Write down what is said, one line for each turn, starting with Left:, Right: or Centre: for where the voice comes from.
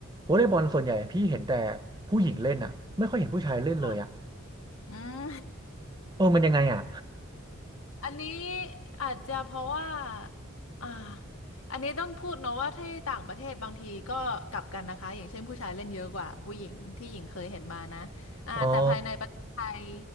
Right: วอลเลย์บอลส่วนใหญ่พี่เห็นแต่ผู้หญิงเล่นอะไม่ค่อยเห็นผู้ชายเล่นเลยอะ
Left: ค่ะอืม
Right: เออมันยังไงอ่ะ
Left: อันนี้อาจจะเพราะว่าอ่าอันนี้ต้องพูดเนอะว่าที่ต่างประเทศบางทีก็กลับกันนะคะอย่างเช่นผู้ชายเล่นเยอะกว่าผู้หญิงที่หญิงเคยเห็นมานะอ่าแต่ภายในประเทศไทย
Right: <laughs> อ๋อ